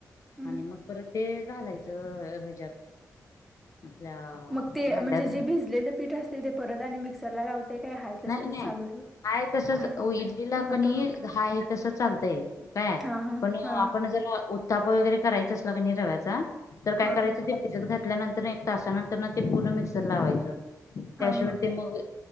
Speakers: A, in the centre; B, on the left (about 55°).
A: हम्म
B: आणि मग परत <inaudible> ते घालायचं ह्याच्यात <inaudible>
A: <inaudible> मग ते
B: भांड्यात
A: म्हणजे
B: घालून
A: जे भिजलेले पीठ असते ते परत आणि मिक्सरला लावते काय हय तसच
B: नाही
A: चालू ठेव
B: <inaudible> हाय तसच
A: आहे
B: इडलीला
A: मोठं
B: कणी
A: मोठं
B: हाय हे तस चालतय काय
A: हां हां
B: पण
A: हां
B: आपण जर उत्थाप वगैरे करायचं असला क नि रव्याचा तर काय
A: हां
B: करायचं ते भिजत खात <inaudible> ल्यानंतर एक तासानंतर ते पूर्ण मिक्सर लावायचं
A: हां
B: त्याशिवाय
A: हां
B: ते मग